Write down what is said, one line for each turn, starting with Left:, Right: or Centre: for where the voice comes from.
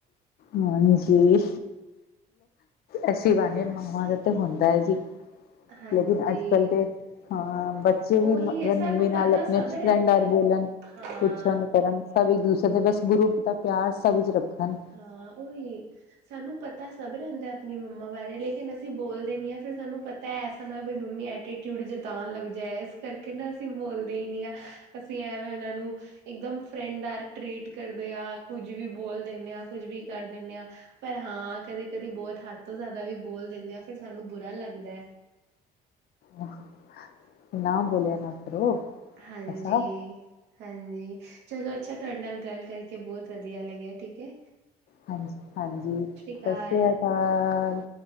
Left: ਹਾਂਜੀ। ਐਸੀ ਬਾਨੇ ਮਾਵਾਂ ਦਾ ਤੇ ਹੋਂਦਾ ਹੈ ਜੀ।
Right: ਹਾਂਜੀ
Left: ਲੇਕਿਨ ਅੱਜ-ਕੱਲ ਤੇ ਹਾਂ, ਬੱਚੇ ਵੀ
Right: ਉਹੀ
Left: ਅਗਰ
Right: ਹੈ ਸਾਨੂੰ
Left: ਮੰਮੀ ਨਾਲ
Right: ਪਤਾ
Left: ਅਪਨੇ
Right: ਸਭ
Left: ਫਰੈਂਡ
Right: ਰਹਿੰਦਾ
Left: ਨਾਲ
Right: ਹੈ
Left: ਬੋਲਣ।
Right: ਹਾਂ
Left: ਸਬ ਇੱਕ ਦੂਸਰੇ ਦੇ ਬਸ ਗੁਰੂਪ ਦਾ ਪੇਆਰ ਸਭ ਇਚ ਰੱਖਨ।
Right: ਹਾਂ, ਓਹੀ ਸਾਨੂੰ ਪਤਾ ਸਭ ਰੈਂਦਾ ਅਪਨੀ ਮੰਮਾ ਬਾਰੇ ਲੇਕਿਨ ਅਸੀਂ ਬੋਲਦੇ ਨੀ ਆਂ ਫੇਰ ਸਾਨੂੰ ਪਤੈ ਹਨਾ ਬਈ ਮੰਮੀ ਐਟੀਟਿਊਡ ਜਤਾਣ ਲੱਗ ਜਾਏ ਇਸ ਕਰਕੇ ਨਾ ਅਸੀ ਬੋਲਦੇ ਈ ਨੀ ਆਂ ਅਸੀ ਐਵੇਂ ਉਨਾਂ ਨੂੰ ਇੱਕਦਮ ਫਰੈਂਡ ਆਰ ਟਰੀਟ ਕਰਦੇ ਆਂ ਕੁੱਜ ਵੀ ਬੋਲ ਦੇਨੇ ਆਂ ਕੁਜ ਵੀ ਕਾਰ ਦੇਨੇ ਆਂ। ਪਰ ਹਾਂ ਕਦੇ, ਕਦੇ ਬੋਤ ਹੱਥ ਤੋਂ ਜਾਦਾ ਵੀ ਬੋਲ ਦੇਨੇ ਆਂ ਫਿਰ ਸਾਨੂੰ ਬੁਰਾ ਲੱਗਦੈ।
Left: ਓਹ ਨਾ ਬੋਲਿਆ ਨਾ ਕਰੋ।
Right: ਹਂਜੀ
Left: ਐਸਾ
Right: ਹਂਜੀ, ਚਲੋ ਅੱਛਾ ਤਾਡੇ ਨਾਲ ਗਾਲ ਕਰਕੇ ਬੋਤ ਵਧੀਆ ਲੱਗੇਆ ਠੀਕੈ।
Left: ਹਾਂਜੀ, ਹਾਂਜੀ
Right: ਅਕਾਲ
Left: ਸਸ੍ਰੀਆਕਾਲ